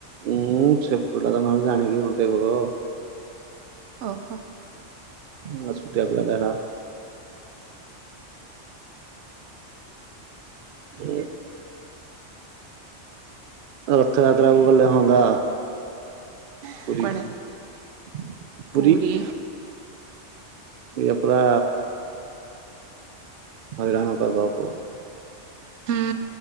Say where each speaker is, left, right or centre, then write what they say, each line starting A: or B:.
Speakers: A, on the right (about 60°); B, on the right (about 75°).
A: ଉୁଁ ସେପଟା ତମେ ଜାଣିକି ଉଲଟେଇ ପକେଇବ ଆଉ।
B: ଓ ହ।
A: ହସ୍ପିଟାଲ ଟା <unintelligible> ହ ରଥଯାତ୍ରା ବି ଗଲେ ହନ୍ତା। ପୁରୀ
B: କୁଆଡେ
A: ପୁରୀ।
B: ପୁରୀ
A: ଏୟା ପରା ହଇରାଣ କରିଦବ ପୁଅ।
B: ହୁଁ